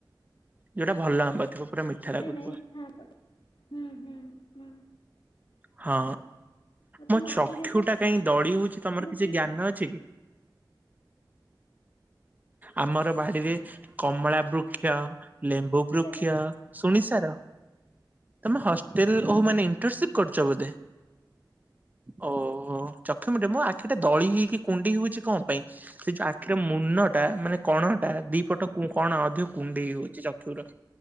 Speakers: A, on the right; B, on the left.
A: ଯୋଉଟା ଭଲ ଆମ୍ବ ଥିବ। ପୁରା ମିଠା ଲାଗୁଥିବ
B: ଇଁ ନାଇଁ <unintelligible> ହୁଁ ହୁଁ ହୁଁ।
A: ହଁ
B: ଆଉ ତମ
A: ମୋ
B: ବାଡ଼ିରେ
A: ଚକ୍ଷୁ ଟା କାହିଁ ଦଳି ହଉଛି
B: ସବୁ
A: ତମର କିଛି
B: କି
A: ଜ୍ଞାନ
B: କି
A: ଅଛି କି? ଆମର ବାଡିରେ କମଳା ବୃକ୍ଷ ଲେମ୍ବୁ
B: ମେଡ଼ିକାଲରେ
A: ବୃକ୍ଷ ଶୁଣି ସାର ତମେ ହଷ୍ଟେଲ୍ ଓହୋ
B: ହଁ
A: ମାନେ ଇଣ୍ଟର୍ସିପ୍ କରୁଛ ବୋଧେ? ଓହୋ ଚକ୍ଷୁମଟେ ମୋ ଆଖି ଟେ ଦଳି ହେଇକି କୁଣ୍ଡି ହଉଛି କ ପାଇଁ? ସେ ଯୋଉ ଆଖିର ମୁନ ଟା ମାନେ କଣଟା ଦି ପଟ କୁ କଣ ଯୋଉ କୁଣ୍ଡେଇ ହୋଉଛି ଚକ୍ଷୁର।